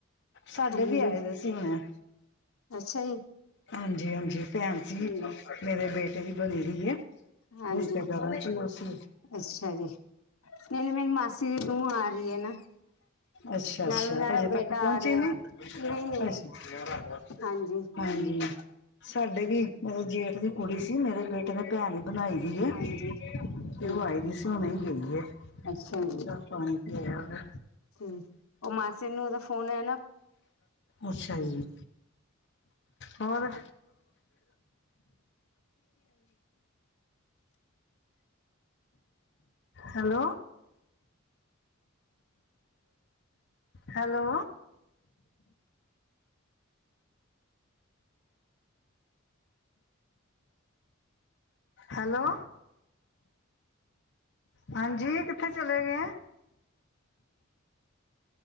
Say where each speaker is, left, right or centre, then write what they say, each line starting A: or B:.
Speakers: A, on the left; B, on the left.
A: ਸਾਡੇ
B: ਹਾਂਜੀ
A: ਵੀ ਆਏ ਦੇ ਸੀ ਹੁਣ,
B: ਅੱਛਾ ਜੀ,
A: ਹਾਂਜੀ-ਹਾਂਜੀ, ਭੈਣ ਸੀ
B: ਠੀਕ
A: ਮੇਰੇ ਬੇਟੇ ਦੀ ਬਣੀ ਦੀ ਹੈ।
B: ਹਾਂਜੀ
A: ਰਿਸ਼ਤੇਦਾਰ ਚ ਅਸੀ,
B: ਅੱਛਾ ਜੀ, ਨਹੀਂ-ਨਹੀਂ ਮੇਰੀ ਮਾਸੀ ਦੀ ਨੂੰਹ ਆ ਰਹੀ ਹੈ ਨਾ।
A: ਅੱਛਾ-ਅੱਛਾ
B: ਨਾਲ ਉਹਨਾਂ ਦਾ
A: ਹਜੇ
B: ਬੇਟਾ
A: ਤੱਕ ਪਹੁੰਚੇ
B: ਆ ਰਿਹਾ
A: ਨੀ
B: ਨਹੀਂ ਨਹੀਂ
A: ਅੱਛਾ,
B: ਹਾਂਜੀ
A: ਹਾਂਜੀ, ਸਾਡੇ ਵੀ ਮਤਲਬ ਜੇਠ ਦੀ ਕੁੜੀ ਸੀ, ਮੇਰੇ ਬੇਟੇ ਨੇ ਭੈਣ ਬਣਾਈ ਦੀ ਹੈ,
B: ਹਾਂਜੀ
A: ਅਤੇ
B: ਠੀਕ
A: ਉਹ ਆਈ ਦੀ ਸੀ ਉਣੇ ਗਈ ਐ।
B: ਅੱਛਾ ਜੀ
A: ਚ ਪਾਣੀ ਪਿਆਇਆ ਉਨੇ,
B: ਠੀਕ ਉਹ ਮਾਸੀ ਨੂੰਹ ਦਾ ਫੋਨ ਹੈ ਨਾ
A: ਅੱਛਾ ਜੀ, ਹੋਰ? ਹੈਲੋ ਹੈਲੋ ਹੈਲੋ ਹਾਂਜੀ ਕਿੱਥੇ ਚਲੇ ਗਏ ਆਂ।